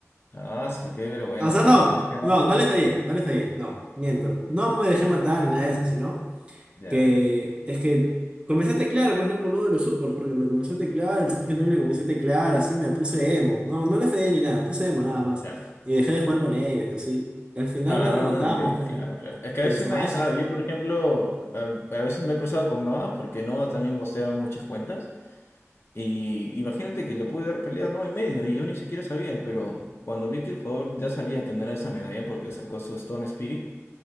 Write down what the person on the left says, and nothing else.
Ah, su- qué vergüenza.
Has quedado-
Ya,
eh.
Ya.
Ah,
ya,
claro,
claro. Es que
a veces
nadie sabe. Yo, por ejemplo, a, a veces me he cruzado con Noah porque Noah también postea muchas cuentas. Y imagínate que le pude dar pelea no y medio y yo ni siquiera sabía, pero cuando vi que el jugador ya sabía que no era esa medalla porque sacó su Stone Spirit